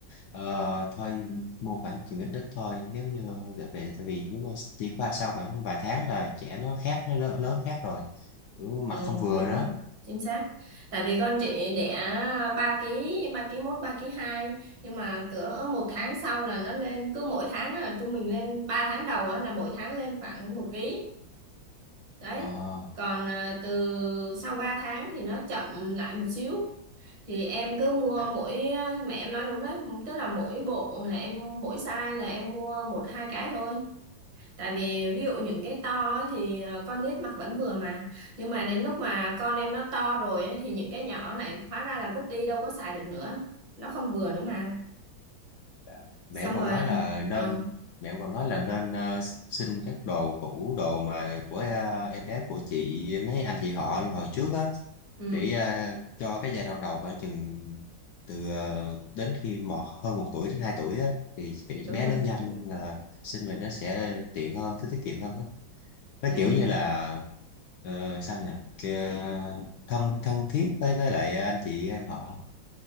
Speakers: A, on the left; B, on the right.
A: ờ, thôi mua khoảng chừng ít ít thôi nếu như về tại vì nếu mà chỉ qua sau khoảng vài tháng là trẻ nó khác nó lớ- lớn khác rồi Ừ, mặt
B: Ừ,
A: không vừa
B: đúng
A: nữa
B: rồi, chính xác. Tại vì con chị đẻ ba ký 3 ký mốt 3 ký hai nhưng mà cỡ một tháng sau là nó lên cứ mỗi tháng là trung bình lên ba tháng đầu á, là mỗi tháng lên khoảng một ký Đấy.
A: ờ,
B: Còn à, từ sau 3 tháng thì nó chậm lại một xíu. Thì em cứ mua
A: dạ.
B: mỗi mà em nói đúng đấy, tức là mỗi bộ là em mỗi size là em mua một hai cái thôi Tại vì ví dụ những cái to ấy thì ờ, con nít mặc vẫn vừa mà Nhưng mà đến lúc mà con em nó to rồi ấy, thì những cái nhỏ lại hóa ra là vứt đi đâu có xài được nữa Nó không vừa nữa mà
A: Dạ. mẹ
B: Xong
A: em còn
B: rồi
A: nói là nên
B: ờ,
A: mẹ em còn nói là nên ờ, xin các đồ cũ đồ mà của ờ, em bé của chị mấy anh chị họ hồi trước á
B: ừ,
A: để ờ, cho cái giai đoạn đầu khoảng chừng từ ờ, đến khi một hơn một tuổi đến hai tuổi á thì bị
B: đúng
A: bé
B: rồi
A: lớn nhanh là xin về nó sẽ tiện hơn tiết tiết kiệm hơn á nó
B: ừ,
A: kiểu như là ờ, sao nhỉ Kì- thân thân thiết với với lại anh chị em họ